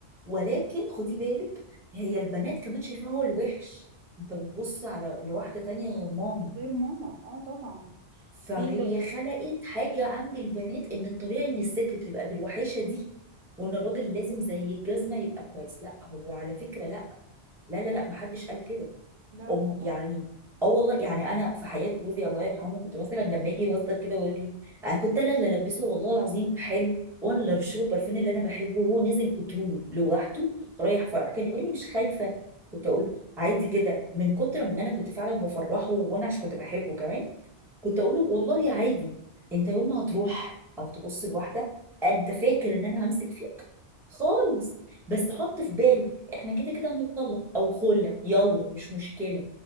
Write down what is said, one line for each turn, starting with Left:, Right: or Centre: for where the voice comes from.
Centre: ولكن خدي بالك هي البنات كمان شايفاه هو الوحش انت بتبص على لواحده تانية غير مامي
Right: غير ماما اه طبعا
Centre: فهي
Right: ليه ليه
Centre: خلقت حاجة عند البنات ان الطبيعي ان الست تبقى بالوحاشة دي وان الراجل لازم زي الجزمة يبقى كويس لا هو على فكرة لا لا لا لا محدش قال كده
Right: لا
Centre: أم
Right: طبعا
Centre: يعني اه والله يعني انا في حياة جوزي الله يرحمه كنت مثلا لما يجي يهزر كده ويقول لي انا كنت انا اللي البسه والله العظيم حلو وانا اللي ارش له البرفان اللي انا بحبه وهو نازل بطوله لوحده رايح فرح كان يقول لي مش خايفة كنت اقول له عادي كده من كتر ما انا كنت فعلا بفرحه وانا عشان كنت بحبه كمان كنت اقول له والله عادي انت يوم ما هتروح او تبص لواحده انت فاكر ان انا همسك فيك خالص بس حط في بالك احنا كده كده هنتطلق او خلة يلا مش مشكله